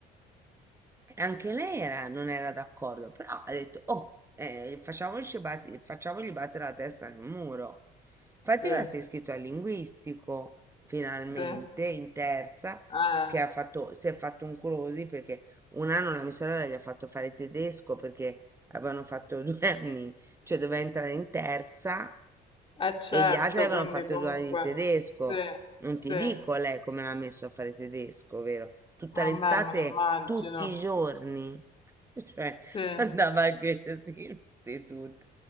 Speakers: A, on the right (about 15°); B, on the left (about 30°).
A: e Anche lei era- non era d'accordo, però ha detto, oh, eh, facciamoci bat- facciamogli battere la testa nel muro. Infatti
B: sì,
A: ora si è iscritto al linguistico, finalmente,
B: sì,
A: in terza,
B: eh,
A: che ha fatto, si è fatto un colosi perché un anno la mia sorella gli ha fatto fare tedesco perché avevano fatto <laughs> due anni, cioè doveva entrare in terza
B: eh, certo,
A: e gli altri avevano
B: quindi
A: fatto
B: comunque,
A: due anni di tedesco.
B: sì,
A: Non ti
B: sì,
A: dico lei come l'ha messo a fare tedesco, vero? Tutta
B: a
A: l'estate,
B: me me lo immagino,
A: tutti i giorni. <laughs> Cioè,
B: sì, eh,
A: andava anche in istituto.